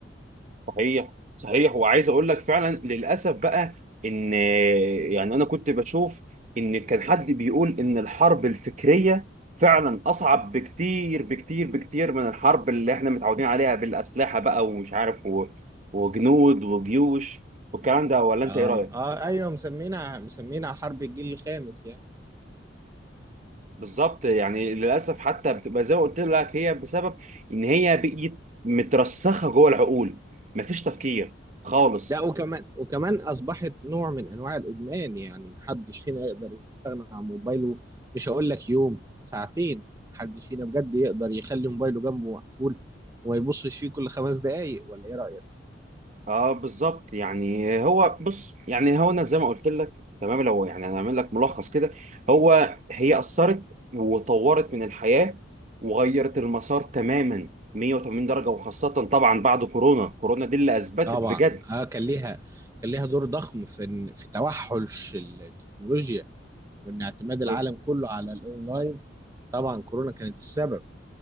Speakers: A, on the right; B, on the right.
A: صحيح صحيح وعايز اقول لك فعلا للاسف بقى ان يعني انا كنت بشوف ان كان حد بيقول ان الحرب الفكريه فعلا اصعب بكتير بكتير بكتير من الحرب اللي احنا متعودين عليها بالاسلحه بقى ومش عارف و- وجنود وجيوش والكلام ده ولا انت
B: آه
A: ايه رايك؟
B: آه أيوه مسمينا مسمينا حرب الجيل الخامس يعني
A: بالظبط يعني للاسف حتى بتبقى زي ما قلت لك هي بسبب ان هي بقيت مترسخه جوه العقول مفيش تفكير خالص
B: ده وكمان وكمان أصبحت نوع من أنواع الإدمان يعني محدش فينا يقدر يستغنى عن موبايله مش هقول لك يوم ساعتين محدش فينا بجد يقدر يخلي موبايله جنبه مقفول وما يبصش فيه كل خمس دقايق ولا إيه رأيك؟
A: اه بالظبط يعني هو بص يعني هو انا زي ما قلت لك تمام لو يعني انا اعمل لك ملخص كده هو هي اثرت وطورت من الحياه وغيرت المسار تماما 180 درجه وخاصه طبعا بعد كورونا كورونا دي اللي اثبتت
B: طبعا
A: بجد
B: اه كان ليها كان ليها دور ضخم في إن- في توحش التكنولوجيا وان اعتماد
A: بز-
B: العالم كله على الاونلاين طبعا كورونا كانت السبب